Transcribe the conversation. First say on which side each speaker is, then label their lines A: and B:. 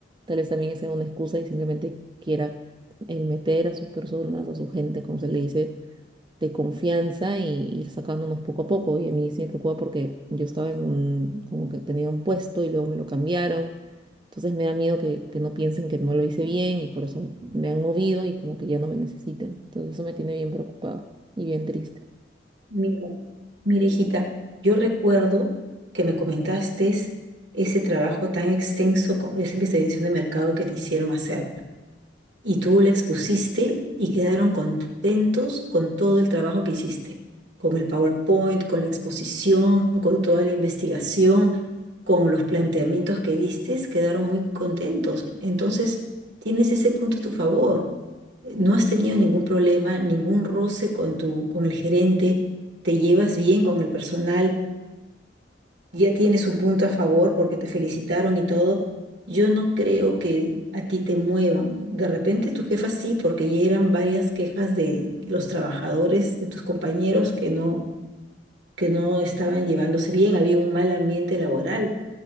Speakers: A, on the right; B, on the right.
A: tal vez también sea una excusa y simplemente quiera el meter a sus personas, a su gente, como se le dice de confianza y ir sacándonos poco a poco. Y a mí sí me preocupa porque yo estaba en un, como que tenía un puesto y luego me lo cambiaron. Entonces me da miedo que, que no piensen que no lo hice bien y por eso me han movido y como que ya no me necesiten. Entonces eso me tiene bien preocupado y bien triste.
B: Mira, mira, hijita, yo recuerdo que me comentaste ese trabajo tan extenso con esa investigación de mercado que te hicieron hacer. y tú la expusiste y quedaron contentos con todo el trabajo que hiciste, con el PowerPoint, con la exposición, con toda la investigación, con los planteamientos que diste, quedaron muy contentos. Entonces, tienes ese punto a tu favor. No has tenido ningún problema, ningún roce con tu, con el gerente, te llevas bien con el personal ya tienes un punto a favor porque te felicitaron y todo, yo no creo que a ti te muevan. De repente tu jefa sí, porque ya eran varias quejas de los trabajadores, de tus compañeros que no, que no estaban llevándose bien, había un mal ambiente laboral,